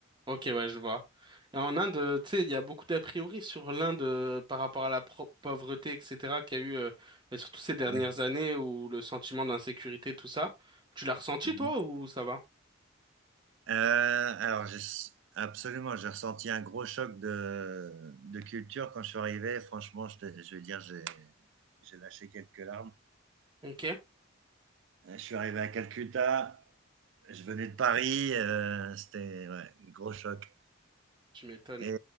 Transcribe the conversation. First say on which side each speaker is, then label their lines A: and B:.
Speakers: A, on the right; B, on the right.
A: ok, ouais, je vois. Et en Inde, euh, tu sais, il y a beaucoup d'a priori sur l'Inde euh, par rapport à la pro- pauvreté, etc., qu'il y a eu, euh, mais surtout ces dernières
B: Ouais.
A: années où le sentiment d'insécurité, tout ça. Tu l'as ressenti,
B: Mhm.
A: toi, ou ça va?
B: Euh, alors, j'ai- absolument, j'ai ressenti un gros choc de, de culture quand je suis arrivé. Franchement, je, te- je vais dire, j'ai j'ai lâché quelques larmes.
A: Ok,
B: Euh, Je suis arrivé à Calcutta. Je venais de Paris, heu, c'était ouais, un gros choc
A: tu m'étonnes.
B: et